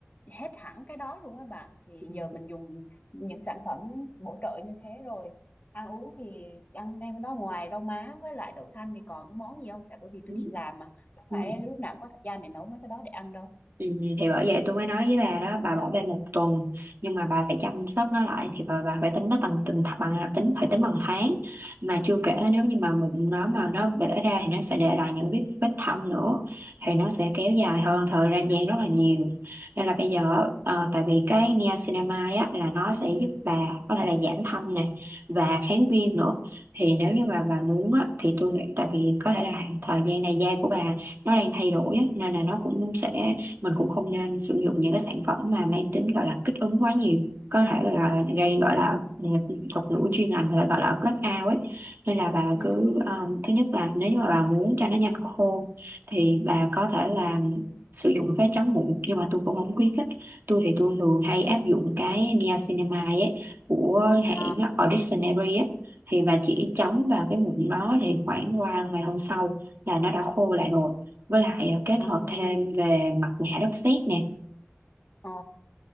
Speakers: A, on the left (about 40°); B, on the right (about 60°).
A: hết hẳn cái đó luôn á bà thì
B: ừ
A: giờ mình dùng những sản phẩm bổ trợ như thế rồi ăn uống thì ăn thêm nó ngoài rau má với lại đậu xanh thì còn cái món gì không tại bởi vì tôi
B: ừ
A: đi làm mà đâu
B: ừ.
A: phải lúc nào cũng có thời gian để nấu mấy cái đó để ăn đâu
B: ừ. thì bởi vậy tôi mới nói với bà đó bà bỏ bê một tuần nhưng mà bà phải chăm sóc nó lại thì bà, bà phải tính nó bằng từng th- bằng à, tính phải tính bằng tháng mà chưa kể nếu như mà mụn nó mà nó bể ra thì nó sẽ để lại những vết vết thâm nữa thì nó sẽ kéo dài hơn thời gian gian rất là nhiều nên là bây giờ ờ, tại vì cái niacinamide á là nó sẽ giúp bà có thể là giảm thâm nè và kháng viêm nữa thì nếu như mà bà muốn á thì tôi nghĩ tại vì có thể là thời gian này da của bà nó đang thay đổi á, nên là nó cũng sẽ mình cũng không nên sử dụng những cái sản phẩm mà mang tính gọi là kích ứng quá nhiều có thể gọi là gây gọi là nghịch- thuật ngữ chuyên ngành là gọi là blackout ấy nên là bà
A: ừ.
B: cứ um, thứ nhất là nếu như mà bà muốn cho nó nhanh khô thì bà có thể là sử dụng cái chắn mụn nhưng mà tôi cũng không khuyến khích tôi thì tôi thường hay áp dụng cái niacinamide ấy của hãng
A: à,
B: Ordinary ấy thì bà chỉ chấm vào cái mụn đó thì khoảng qua ngày hôm sau là nó đã khô lại rồi với lại à, kết
A: à,
B: hợp thêm về mặt nạ đất sét nè
A: ờ,